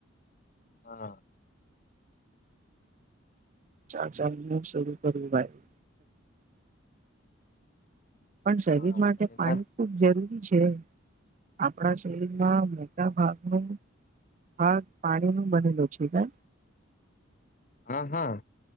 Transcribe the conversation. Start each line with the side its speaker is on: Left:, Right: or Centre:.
Left: હા.
Right: ચાર ચાર મિનટ શરૂ કરું ભાઈ. પણ શરીર
Left: હા
Right: માટે
Left: એના
Right: પાણી ખુબ જરૂરી છે. આપણા શરીરમાં મોટા ભાગનું હા પાણી નું બનેલું થાય.
Left: હા હા.